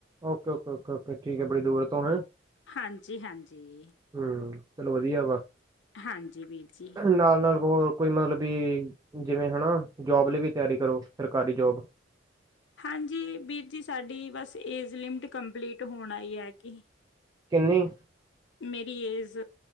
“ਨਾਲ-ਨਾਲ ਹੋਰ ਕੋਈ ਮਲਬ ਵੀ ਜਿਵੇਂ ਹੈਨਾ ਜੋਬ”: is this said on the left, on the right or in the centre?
Right